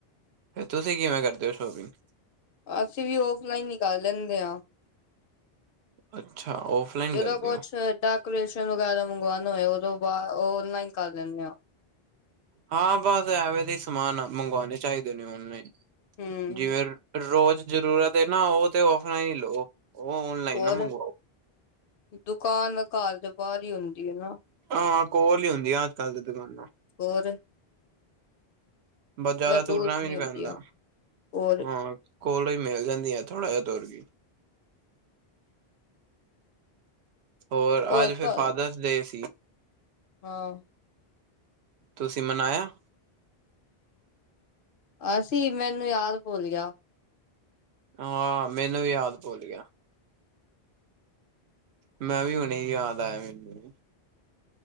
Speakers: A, on the right; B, on the left.
A: ਫੇਰ ਤੁਸੀਂ ਕਿਵੇਂ ਕਰਦੇ ਹੋ ਸ਼ੋਪਿੰਗ?
B: ਅਸੀਂ ਵੀ ਆਫਲਾਈਨ ਹੀ ਕਰ ਲੈਂਦੇ ਹਾਂ।
A: ਅੱਛਾ ਔਫਲਾਈਨ
B: ਜਦੋਂ
A: ਕਰਦੇ
B: ਕੁਛ
A: ਹੋ
B: ਡ। ਕੋਰੇਸ਼ਨ ਵਗੈਰਾ ਮੰਗਵਾਉ ਹੋਏ ਉਹਦੋਂ ਬਾਅਦ ਉਹ ਓਨਲਾਈਨ ਕਰ ਲੈਂਦੇ ਹਾਂ।
A: ਹਾਂ, ਬਸ ਐਵੇਂ ਦੇ ਸਮਾਨ ਮੰਗਵਾਉਣੇ ਚਾਹੀਦੇ ਨੇ ਓਨਲਾਈਨ।
B: ਹੂੰ।
A: ਜਿਵੇਂ ਰੋਜ਼ ਜ਼ਰੂਰਤ ਹੈ ਨਾ, ਉਹ ਤੇ ਆਫ਼ ਲਾਈਨ ਹੀ ਲਓ। ਉਹ ਔਨਲਾਈਨ
B: ਹੋਰ
A: ਨਾ ਮੰਗਵਾਓ।
B: ਦੁਕਾਨ ਘਰ ਦੇ ਬਾਹਰ ਹੀ ਹੁੰਦੀ ਏ ਨਾ।
A: ਹਾਂ ਕੋਲ ਹੀ ਹੁੰਦੀਆਂ ਅੱਜ ਕੱਲ ਤੇ ਦੁਕਾਨਾਂ।
B: ਹੋਰ
A: ਬ ਜ਼ਿਆਦਾ ਤੁਰਨਾ
B: ਦੂਰ
A: ਵੀ
B: ਨੀ
A: ਨਹੀਂ
B: ਹੁੰਦੀ
A: ਪੈਂਦਾ,
B: ਆ ਹੋਰ
A: ਹਾਂ। ਕੋਲੋਂ ਈ ਮਿਲ ਜਾਂਦੀਆਂ, ਥੋੜਾ ਜਿਹਾ ਤੁਰ ਕੇ। ਹੋਰ,
B: ਉਹ
A: ਅੱਜ ਫਿਰ
B: ਤਾਂ
A: ਫਾਦਰਸ ਡੇ ਸੀ।
B: ਹਾਂ।
A: ਤੁਸੀਂ ਮਨਾਇਆ?
B: ਅਸੀ, ਮੈਨੂੰ ਯਾਦ ਭੁੱਲ ਗਿਆ।
A: ਹਾਂ ਮੈਨੂੰ ਵੀ ਯਾਦ ਭੁੱਲ ਗਿਆ। ਮੈਂ ਵੀ, ਹੁਣੇ ਈ ਯਾਦ ਆਇਆ ਮੈਨੂੰ।